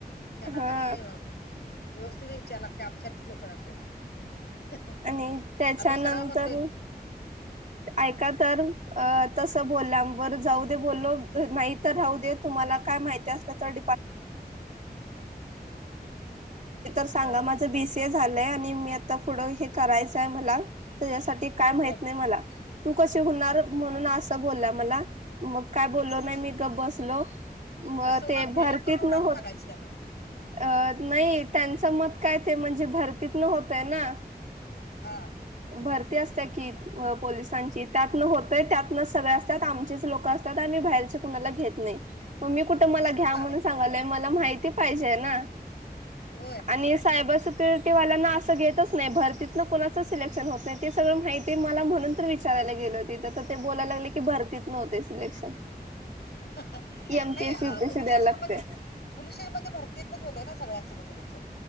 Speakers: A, on the left (about 80°); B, on the right (about 45°).
A: त्यांना
B: हा
A: काणी व्यवस्थित विचार लागते आमच्याच लोक ज त्यांना
B: आणि त्याच्यानंतर
A: अभि सलामत
B: ऐका तर अ तस
A: हं,
B: बोलल्यावर जाऊ दे बोललो नाही तर राहू दे तुम्हाला काय माहिती असलं तर <inaudible>
A: हा
B: झालंय आणि मी आता पुुढं हे करायचंय मला त्याच्यासाठी काय
A: हं,
B: माहित नाही मला तू कशी होणार
A: हा
B: म्हणून असं बोलला मला मग काय बोललो
A: तस
B: नाही मी ग बसलो म
A: कसं होणार
B: ते
A: मेहनत
B: भरतीत
A: करून होणार
B: न
A: म्हणून
B: होत
A: सांगायचं त्यांना
B: अ नाही त्यांचं मत काय ते म्हणजे भरतीतन होतय ना
A: हा
B: भरती असते की पोलिसांची त्यातनं होतंय त्यातनं सगळे असतात आमचेच लोक असतात बार क घेत नाही मग मी कु मला
A: तसं
B: घ्याणून
A: कुठलं आलंय
B: सग मला माहिती पाहिजे ना
A: ह
B: आणि सायबर सिक्युरिटीवाल्यांना असं घेतच नाही भरतीतन कोुणाचं सिलेक्शन होत नाही ते सगळं माहि मला म्हणून विचारयला गेले होती ते बोलायला लागले की भरतीत नव्हते सिलेक्शन
A: नाही
B: एमपीएस युपीएसी
A: पुलीस
B: द्यायला
A: स्टेशन
B: लागते
A: म पुलीस स्टेशन म भरतीतच होतय ना सगळ्यांच